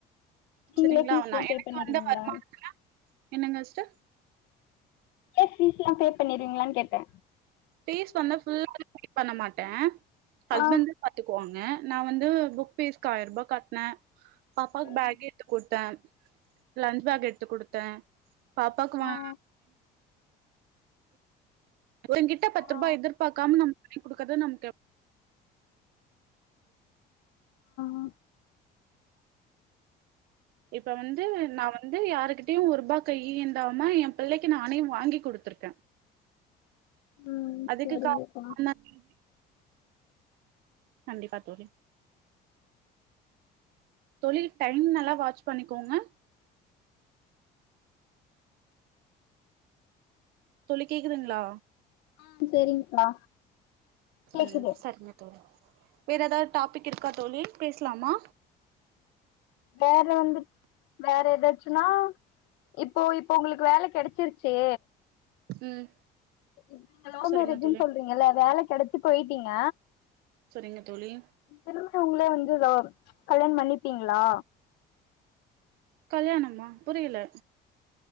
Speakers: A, on the left; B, on the right.
A: நீங்களே
B: சரிங்ளா
A: ஃபீஸ்லா
B: அனா
A: பே
B: எனக்கு
A: பண்ணிருவீங்களா
B: வந்த வருமானத்ல என்னங்கஸ்டர்
A: பஸ் ஃபீஸ்லா பே பண்ணிர்வீங்ளானு கேட்டே
B: ஃபீஸ் வந்து ஃபுல்லா பே பண்ண மாட்டே ஹஸ்பண்டு
A: ஆ
B: பாத்துக்குவாங்க நான் வந்து புக் பீஸ்கு ஆய்ரூபா கட்னே பாப்பாக்கு பேக்
A: ம்
B: எட்த்து குடுத்தே லன்ச் பேக் எடுத்து குடுத்தே பாப்பாக்கு வா
A: ஆ
B: ஒங்கிட்ட பத்து
A: ஆ
B: ருபா எதிர்பாக்காம நம் பண்ணி குடுக்றது நம்கு
A: ஆ
B: இப்ப வந்து நா வந்து யாருகிட்டயு ஒரு ருபா கையே ஏந்தாம ஏ புள்ளைக்கு நானே வாங்கி குடுத்துர்க்கே
A: ம்
B: அதுக்கு
A: செரிங்கப்பா
B: காரணோ <inaudible> கண்டிப்பா தோழி தொழில் டைம் நல்லா வாட்ச் பண்ணிகோங்க தோழி கேக்குதுங்ளா
A: ஆ செரிங்க்கா கேக்குது
B: ம் சரிங்க தோழி வேற ஏதா டாபிக் இருக்கா தோழி பேஸ்லாமா
A: வேற வந்து வேற ஏதாச்சுன்னா இப்போ இப்போ உங்களுக்கு வேல கெடச்சிருச்சு.
B: ம்
A: நீங்க லவ்மேரேஜ்ன்னு
B: சரிங்க தோழி
A: சொல்றீங்கள்ல வேல கெடச்சு போய்ட்டீங்க.
B: சரிங்க தோழி.
A: திரும்ப உங்களே வந்து லவ் கல்யாணோ பண்ணீப்பீங்களா?
B: கல்யாணமா புரியல.